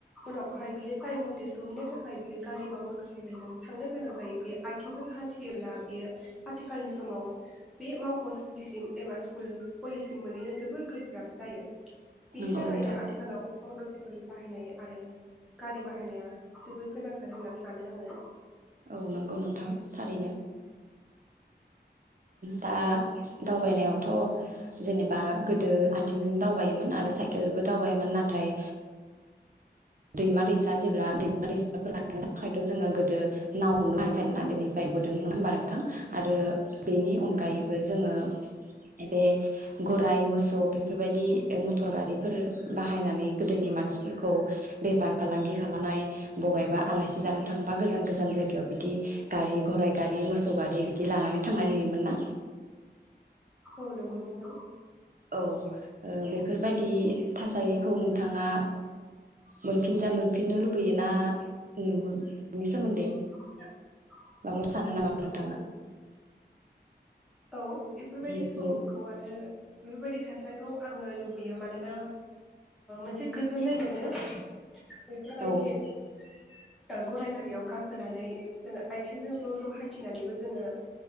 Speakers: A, in the centre; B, on the right.
A: उनावहाय बियो टाइम मथे सहैनो थाखाय बियो गारि एबा मटर साइकेलजों थांनो गोनां जायो बियो आथिंजों हान्थियोब्ला बियो आथिखालनि समाव बे मावख'सालिसिम एबा स्कुल कलेजसिम मोनैनो जोबोर गोब्राब जायो। बिनि
B: नंगौ
A: थाखायनो
B: नोंथां
A: आथिखालाव मटर साइकेल बाहायनाय आरो गारि बाहायनाया जोबोर गोनांथार होनना सानो आङो।
B: औ नंगौ नोंथां थारैनो दा दावबायनायावथ जेनेबा गोदो आथिंजों दावबायोमोन आरो साइकेलबो दावबायोमोन नाथाय दैमा दैसा जेब्ला दैमा दैसाफोर लानो थाखायथ' जोङो गोदो नावखौनो बाहायखायोमोन‌ गोनिफ्राय बोदों नङा होमबा नोंथां। आरो बेनि अनगायैबो जोङो बे गराय मोसौ बेफोरबायदि मटर गारिफोर बाहायनानै गोदोनि मानसिफोरखौ बेफार फालांगि खालामनाय बबाइबा आलासि जानो थांबा गोजान गोजान जायगायाव बिदि गारि घराइ गारि मोसौ गारि बिदि लानानै थांनाय नुयोमोन ना?
A: औ नंगौ नोंथां।
B: औ बेफोरबायदि थासारिखौ नोंथाङा मोनफिनजा मोनफिननो लुबैयो बैयोना नु बिनि सोमोन्दै
A: <inaudible>
B: <unintelligible> सानो नामा नोंथाङा?
A: औ औ बेफोरबायदि
B: जिहेथु
A: समखौ आरो बेफोरबायदि थासारिखौ आङो लुबैयो मानोना मोनसे गोजोननाय मोनो। बेफोरबायदि
B: औ
A: ओ गराय गारियाव गाखोनानै जोङो आथिंजों ज' ज' हान्थिनानैबो जोङो